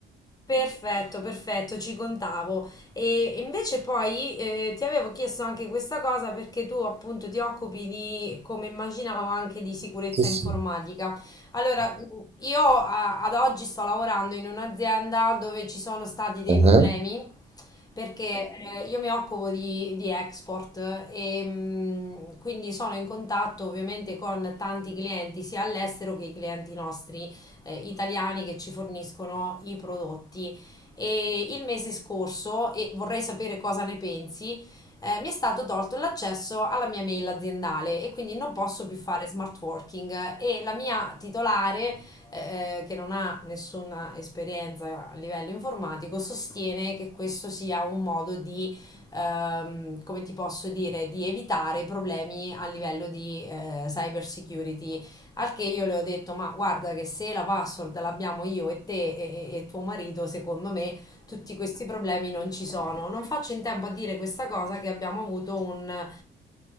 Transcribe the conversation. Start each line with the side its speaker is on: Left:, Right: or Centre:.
Left: Perfetto, perfetto, ci contavo. E invece poi eh, ti avevo chiesto anche questa cosa perché tu appunto ti occupi di, come immaginavo, anche di sicurezza
Right: Sì, sì.
Left: informatica. Allora, mm, io a- ad oggi sto lavorando in un'azienda dove ci sono stati dei
Right: Mhm.
Left: problemi perché eh, io mi occupo di, di export e mm, quindi sono in contatto ovviamente con tanti clienti sia all'estero che i clienti nostri eh, italiani che ci forniscono i prodotti. E il mese scorso, e vorrei sapere cosa ne pensi, eh, mi è stato tolto l'accesso alla mia mail aziendale e quindi non posso più fare smart working e la mia titolare, eh, che non ha nessuna esperienza a livello informatico, sostiene che questo sia un modo di, ehm, come ti posso dire, di evitare problemi a livello di eh, cyber security al che io le ho detto, ma guarda che se la password l'abbiamo io e te e, e- e tuo marito, secondo me tutti questi problemi non ci sono. Non faccio in tempo a dire questa cosa che abbiamo avuto un, eh,